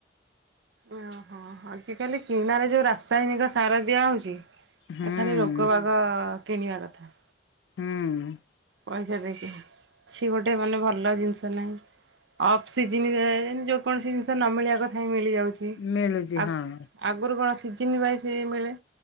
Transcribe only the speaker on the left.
ହୁଁ।
ହୁଁ।
ମିଳୁଛି
ହଁ